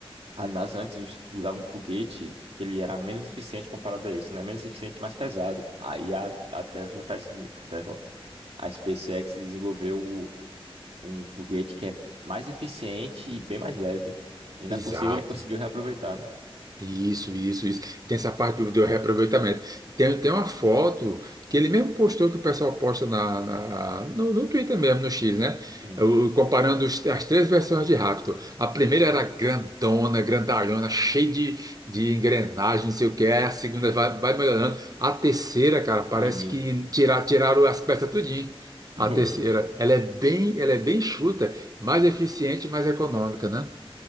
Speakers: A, on the right (about 85°); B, on the right (about 40°).
A: a NASA antes us- usava um foguete que ele era menos eficiente comparado a esse, né? Menos eficiente, e mais pesado. Aí a, a Tesla parece que a Tesla, a SpaceX desenvolveu o- um foguete que é mais eficiente e bem mais leve. E na
B: Exato.
A: possível ele conseguiu reaproveitar, né?
B: Isso, isso, isso. Tem essa parte do, do reaproveitamento. Tem, tem uma foto que ele mesmo postou, que o pessoal posta na, na- no, no Twitter mesmo, no X, né?
A: Hum,
B: O- comparando os- as três versões de Raptor. A primeira era grandona, grandalhona, cheia de, de engrenagem, não sei o que. Aí a segunda vai, vai melhorando. A terceira, cara, parece
A: menino.
B: que tirar, tiraram as peças tudinho.
A: <laughs>
B: A
A: Foi.
B: terceira, ela é bem, ela é bem chuta, mais eficiente, mais econômica, né?